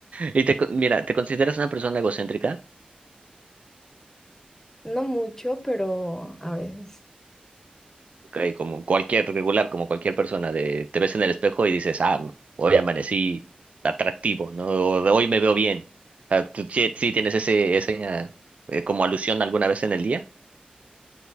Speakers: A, on the right; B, on the left.
A: ¿Y te, con- mira, te consideras una persona egocéntrica?
B: No mucho, pero a veces.
A: ok, como cualquier regular, como cualquier persona, de, te ves en el espejo y dices, ah, hoy amanecí atractivo, ¿no? O de hoy me veo bien. O sea, ¿tú sí, sí tienes ese, ese, ah, eh, como alusión alguna vez en el día?